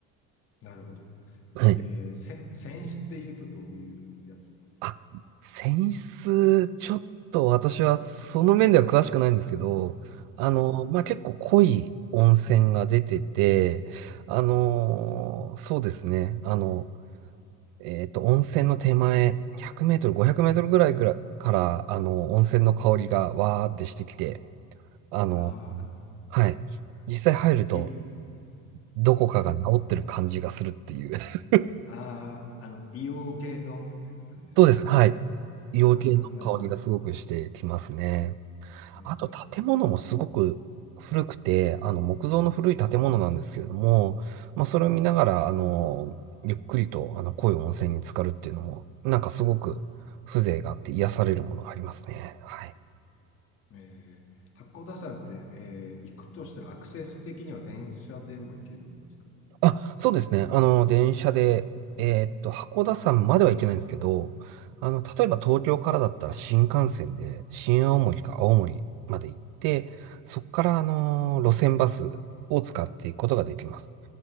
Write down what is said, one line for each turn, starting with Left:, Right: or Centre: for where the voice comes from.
Left: なるほど。
Right: はい。
Left: えーせ、泉質で言うとどういうやつなんですか
Right: あ、泉質、ちょっと私はその面では詳しくないんですけど、あのーまあ、
Left: はい。
Right: 結構濃い温泉が出てて、あのーそうですね。あのえっと、温泉の手前、100メートル、500メートルぐらいぐらいから、あの、温泉の香りがわーってしてきて、あの、
Left: あー
Right: はい。
Left: あ、
Right: 実際入ると、
Left: いえ、
Right: どこかが治ってる感じがするっていう。
Left: はい。
Right: <laughs>
Left: ああ、あの、硫黄系の、みたいな感じですかね。
Right: そうです。はい。医療系の香りがすごくしてきますね。
Left: ああ、なるほど。えー
Right: あと建物もすごく古くて、あの木造の古い建物なんですけれども、まあ、それを見ながら、あの、ゆっくりとあの濃い温泉に浸かるっていうのも、なんかすごく風情があって癒されるものがありますね。はい。
Left: えー八甲田山って、えー行くとしたらアクセス的には電車でも行けるんですか
Right: あ、そうですね。あの、電車で、えーっと、函館山までは行けないんですけど、あの、例えば東京からだったら新幹線で、新青森か青森まで行って、そこから、あの、路線バスを使っていくことができます。